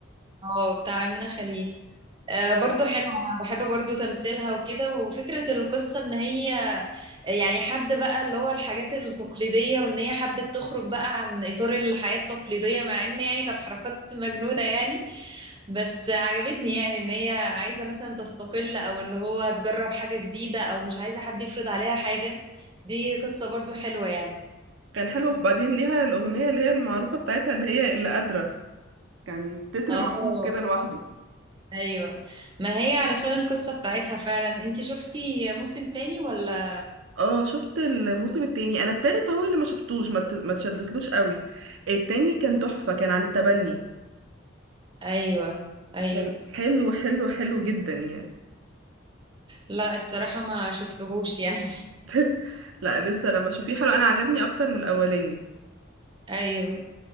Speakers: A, on the right (about 25°); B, on the right (about 70°).
A: اه بتاع أمينة خليل آه، برضو حلو انا بحب برضو تمثيلها وكده وفكرة القصة ان هي يعني حد بقى اللي هو الحاجات التقليدية وان هي حبت تخرج بقى عن اطار الحياة التقليدية مع ان يعني كانت حركات مجنونة يعني بس عجبتني يعني ان هي عايزة مثلا تستقل او اللي هو تجرب حاجة جديدة او مش عايزة حد يفرض عليها حاجة دي قصة برضو حلوة يعني
B: كان حلو وبعدين ليها الاغنيه اللي هي المعروفه بتاعتها اللي هي اللي قادره كان تتر
A: اه
B: معروف كده لوحده
A: ايوه ما هي علشان القصة بتاعتها فعلا انتي شفتي موسم تاني ولا
B: اه شفت الموسم التاني انا التالت هو اللي ما شفتوش ما ت- ما تشدتلوش قوي التاني كان تحفة كان عن التبني
A: ايوه ايوه
B: كان حلو حلو حلو جدا يعني
A: لا الصراحة ما شفتهوش يعني
B: <laughs> لا لسه لما اشوفيه حلو انا عجبني اكتر من الاولاني
A: <laughs> ايوه